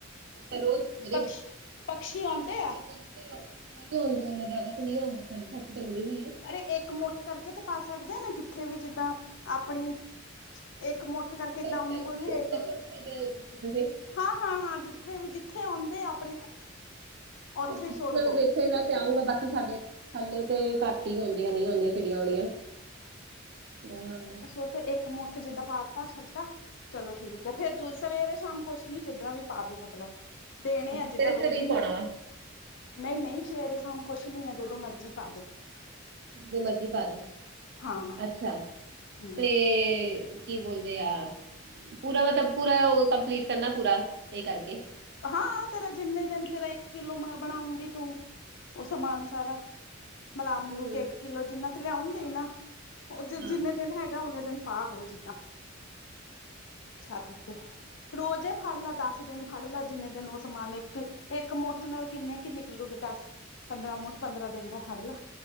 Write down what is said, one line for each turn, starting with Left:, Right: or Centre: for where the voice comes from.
Right: ਅੱਛਾ ਰੋਜ਼ ਸਵੇਰੇ
Left: ਪਕਸ਼ ਪਕਸ਼ੀ
Right: ਸਾਡੇ
Left: ਆਉਂਦੇ
Right: ਉਹਨਾ
Left: ਆ
Right: ਕੁ। ਨਹੀਂ ਆਉਂਦੇ ਨੇ ਜ਼ਿਆਦਾ ਤਾਂ ਨਹੀਂ ਆਉਂਦੇ ਸਾਡੀ ਛੱਤ ਤੇ ਆਉਂਦੇ ਵੀ ਆ।
Left: ਅਰੇ ਇੱਕ ਮੁੱਠ ਕਰਕੇ ਤੇ ਪਾ ਸਕਦੇ ਆ ਨਾ ਕਿੱਥੇ ਵੀ ਜਿੱਦਾਂ ਆਪਣੀ। ਇੱਕ ਮੁੱਠ ਕਰਕੇ
Right: ਉੱਪਰ
Left: ਏਦਾਂ ਉਹਨੂੰ
Right: ਟੈਂਕੀ
Left: ਬੋਲੇ
Right: ਉੱਤੇ
Left: ਇੱਕ।
Right: ਸੁੱਟ ਸਕਦੇ ਆ ਉੱਤੇ ਛੱਤ ਤੇ,
Left: ਹਾਂ ਹਾਂ ਹਾਂ ਜਿੱਥੇ ਵੀ ਜਿੱਥੇ ਆਉਂਦੇ ਆਪਣੀ। ਉੱਥੇ
Right: ਕਈਆ
Left: ਸੁੱਟ
Right: ਨੂੰ
Left: ਦੋ
Right: ਵੇਖੇਗਾ ਤੇ ਆਊਗਾ ਬਾਕੀ ਸਾਡੇ ਇੱਥੇ। ਥੱਲੇ ਤੇ ਘੱਟ ਹੀ ਹੁੰਦੀਆਂ ਨਹੀਂ ਹੁੰਦੀਆਂ ਚਿੜੀਆਂ ਹੋਣੀਆਂ ਨਹੀਂ ਆਉਂਦੀਆਂ।
Left: ਉੱਥੇ ਇੱਕ ਮੁੱਠ ਜਿੱਦਾਂ ਪਾਤਾ ਛੱਟਾ ਚਲੋ ਠੀਕ ਹੈ ਫੇਰ ਸਵੇਰੇ ਸ਼ਾਮ। ਕੁਛ ਨੀ ਜਿੱਦਾਂ ਵੀ ਪਾ ਲੋ ਮਤਲਬ ਦੇਣੇ
Right: ਅੱਛਾ
Left: ਆ ਜਿੱਦਾਂ
Right: ਸਵੇਰੇ ਸਵੇਰੇ
Left: ਰੋਜ਼ ਹੀ
Right: ਪਾਉਣਾ
Left: ਮਤਲਬ।
Right: ਵਾ
Left: ਨਹੀਂ-ਨਹੀਂ ਸ਼ਵੇਰੇ ਸਾਮ ਕੁਛ ਨਹੀਂ ਹੈ, ਜਦੋਂ ਮਰਜ਼ੀ ਪਾਦੋ।
Right: ਨੀ ਮਰਜੀ ਪਾਦੋ
Left: ਹਾਂ
Right: ਅੱਛਾ,
Left: ਹਮ
Right: ਤੇ। ਕੀ ਬੋਲਦੇ ਆ, ਪੂਰਾ ਮਤਲਬ ਪੂਰਾ ਉਹ ਕੰਪਲੀਟ ਕਰਨਾ ਪੂਰਾ ਇਹ ਕਰਕੇ।
Left: ਹਾਂ, ਤੇਰਾ ਜਿੰਨੇ ਦਿਨ ਤੇਰਾ ਇੱਕ ਕਿਲੋ ਮੈਂ ਬਣਾਉਂਗੀ ਤੂੰ ਉਹ ਸਮਾਨ। ਸਾਰਾ, ਮਲਾ ਮਲੂ
Right: ਹੂੰ ਹੂੰ
Left: ਕੇ ਏਕ ਕਿੱਲੋ ਜਿੰਨਾ ਤੇ ਲਿਆਉਗੇ ਹੀ ਨਾ। ਉਹ ਜਿ
Right: ਹਾਂ
Left: ਜਿੰਨੇ ਦਿਨ ਹੈਗਾ ਓਨੇ ਦਿਨ ਪਾ ਦੋ ਜਿੱਦਾਂ। ਹਥ ਉੱਤੇ, ਰੋਜ਼ੇ ਫੜ ਲਾ ਦਸ ਦਿਨ। ਫੜ ਲਾ ਜਿੰਨੇ ਦਿਨ ਉਹ ਸਮਾਨ ਇੱਕ, ਇੱਕ ਮੋਠ ਨਾਲ ਕਿੰਨੇ ਕੀ ਨਿਕਲੂਗੇ ਦੱਸ? ਪੰਦਰਾਂ ਮੁਠ, ਪੰਦਰਾਂ ਦਿਨ ਦਾ। ਫੜ ਲਾ,